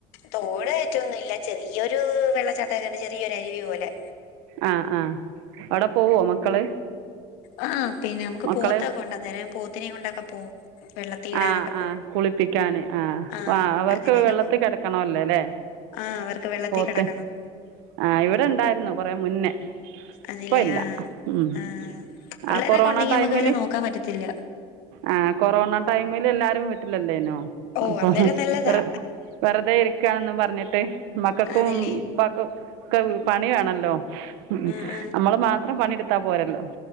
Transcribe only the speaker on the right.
ആ ആ അവിടെ പോവോ മക്കള്
മക്കളെ
ആ
ആ കുളിപ്പിക്കാന് ആ
ആ അവർക്ക്
വെള്ളത്തിൽ
കിടക്കണല്ലേല്ലേ
പോത്ത്
ആ് ഇവിടെ ഉണ്ടായിരുന്നു കൊറ മുന്നേ
ഇപ്പോൾ ഇല്ല ഉം
ആ കൊറോണ
ടൈമിൽ
ആ കൊറോണ ടൈമിൽ എല്ലാരും വിട്ടില്ലല്ലേനോ
അപ്പൊ
വ വെറുതെ ഇ ക്കാണെന്നും പറഞ്ഞിട്ട് മക്കൾക്കും
ഉപ്പാക്കും ഒക്കെ പണി വേണല്ലോ ഉ
നമ്മള് മാത്രം പണിയെടുത്താ പോരല്ലോ